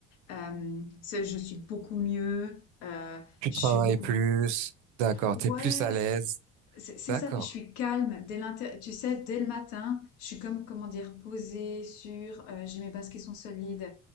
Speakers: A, on the left; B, on the right.
A: euh, c'est- je suis beaucoup mieux. euh,
B: Tu
A: je
B: travailles
A: suis beaucoup.
B: plus, d'accord,
A: Ouais,
B: t'es plus à l'aise,
A: c'est c'est
B: d'accord,
A: ça, puis je suis calme dès l'inté- tu sais, dès le matin, je suis comme, comment dire, posée, sûre, euh, j'ai mes bases qui sont solides.